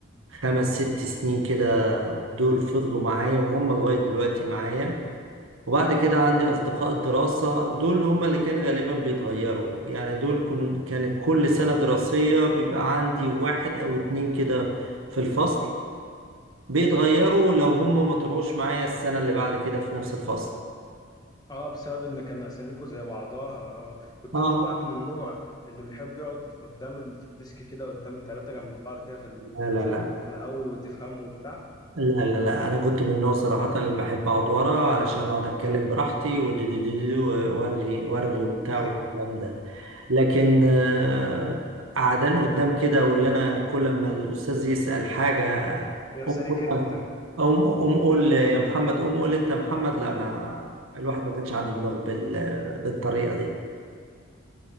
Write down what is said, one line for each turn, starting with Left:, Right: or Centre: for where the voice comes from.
Right: خمس ست سنين كده دول فضلوا معايا وهم لغايه دلوقتي معايا وبعد كده عندي اصدقاء دراسه دول هم اللي كان غالبا بيتغيروا يعني دول كن كانت كل سنه دراسيه بيبقى عندي واحد او اتنين كده في الفصل بيتغيروا لو هم ما طلعوش معايا السنه اللي بعد كده في نفس الفصل
Left: اه بسبب ان كان اساميكو زي بعضها اه كنت
Right: اه
Left: انتوا بقى من النوع اللي بيحب يقعد قدام ال- في الديسك كده قدام ثلاثة جنب بعض كده في ال...
Right: لا لا
Left: عشان
Right: لا
Left: تبقوا في الاول وتفهموا وبتاع
Right: لا لا لا انا كنت من النوع صراحه اللي بحب اقعد ورا علشان اقعد اتكلم براحتي ودددد وارغي وارغي وبتاع
Left: <laughs>
Right: والكلام ده لكن آه، قعدان قدام كده واللي انا كل ما الاستاذ يسال حاجه
Left: يحصل
Right: قوم
Left: ليك
Right: قول-
Left: انت
Right: قوم قوم قول يا محمد قوم قول انت يا محمد لا ما الواحد ما كانش عنده دماغ بال- بالطريقه دي